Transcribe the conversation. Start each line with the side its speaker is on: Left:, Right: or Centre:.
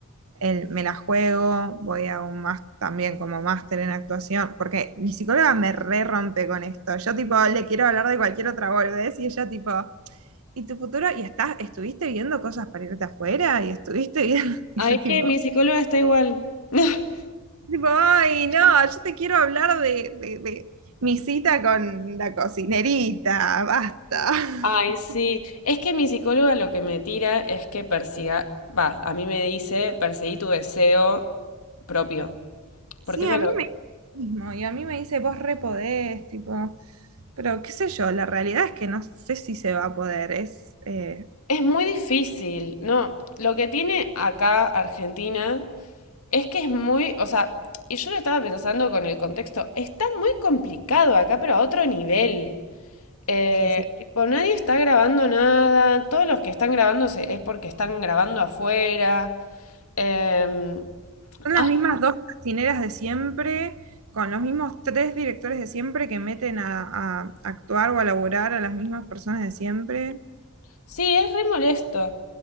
Right: el, me la juego, voy a un más también como máster en actuación, porque mi psicóloga me re rompe con esto. Yo tipo, le quiero hablar de cualquier otra boludez y ella tipo y tu futuro, y estás, estuviste viendo cosas para irte afuera, y estuviste viendo, <laughs> y
Left: Ah,
Right: yo
Left: es
Right: tipo,
Left: que mi psicóloga está igual. <laughs>
Right: tipo, ay, no, yo te quiero hablar de, de, de mi cita con la cocinerita, basta. <laughs>
Left: Ay, sí. Es que mi psicóloga lo que me tira es que persiga, va, a mí me dice perseguí tu deseo propio,
Right: Sí,
Left: porque eso
Right: a mí
Left: lo-
Right: me mismo, y a mí me dice, vos re podés, tipo, pero qué sé yo, la realidad es que no sé si se va a poder, es... eh,
Left: es muy difícil, ¿no? Lo que tiene acá Argentina es que es muy, o sea, y yo lo estaba pensando con el contexto, está muy complicado acá, pero a otro nivel. Eh,
Right: sí, sí.
Left: tipo, nadie está grabando nada. Todos los que están grabando se- es porque están grabando afuera. Em,
Right: Son
Left: ay,
Right: las mismas dos cocineras de siempre, con los mismos tres directores de siempre que meten a, a actuar o a laburar a las mismas personas de siempre.
Left: sí, es re molesto.